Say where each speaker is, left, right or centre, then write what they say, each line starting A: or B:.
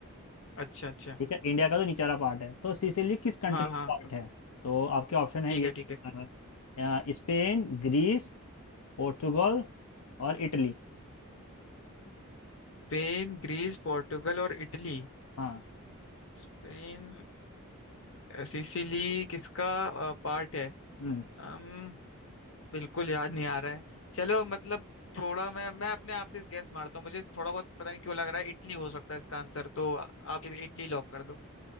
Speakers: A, on the left; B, on the left.
A: अच्छा अच्छा
B: ठीक है इंडिया का तो निचला पार्ट है तो सिसिली किस कंट्री
A: हाँ
B: का
A: हाँ
B: पार्ट है तो आपके ऑप्शन है
A: ठीक
B: ये
A: है ठीक है
B: अ, अ, स्पेन ग्रीस पोर्चुगल और इटली
A: स्पेन ग्रीस पोर्टुगल और इटली
B: हाँ
A: स्पेन सिसिली किसका पार्ट है
B: हम्म
A: अम बिल्कुल याद नहीं आ रहा है चलो मतलब थोड़ा मैं मैं अपने आप से गैस मारता हूँ मुझे थोड़ा बहुत पता नहीं क्यों लग रहा है इटली हो सकता है इसका आंसर तो आप इस- इटली लॉक कर दो